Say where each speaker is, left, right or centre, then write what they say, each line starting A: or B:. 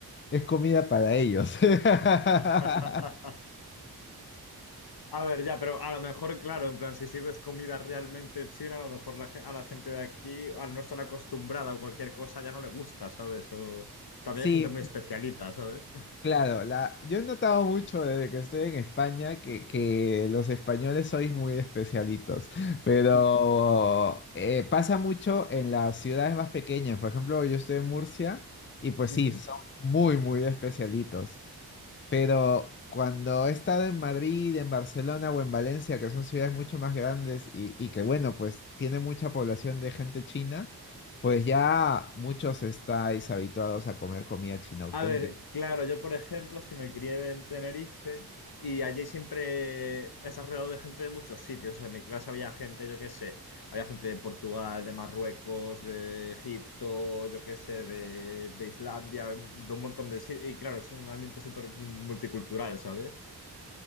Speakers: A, on the left; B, on the left.
A: es comida para ellos. <laughs>
B: <laughs> A ver, ya, pero a lo mejor, claro, en plan, si sirves comida realmente china, a lo mejor la, ge- a la gente de aquí, al no estar acostumbrada o cualquier cosa, ya no le gusta, ¿sabes? O también
A: Sí,
B: hay gente muy especialita, ¿sabes?
A: claro. La, yo he notado mucho desde que estoy en España que, que los españoles sois muy especialitos, pero eh, pasa mucho en las ciudades más pequeñas. Por ejemplo, yo estoy en Murcia y pues
B: <laughs>
A: sí, son muy, muy especialitos. Pero cuando he estado en Madrid, en Barcelona o en Valencia, que son ciudades mucho más grandes y, y que, bueno, pues tiene mucha población de gente china, pues ya muchos estáis habituados a comer comida china auténtica.
B: A ver, claro, yo por ejemplo es que me crié en Tenerife y allí siempre es alrededor de gente de muchos sitios. O sea, En mi clase había gente, yo qué sé, había gente de Portugal, de Marruecos, de Egipto, yo qué sé, de, de Islandia, de un montón de sitios. Y claro, es un ambiente súper multicultural, ¿sabes?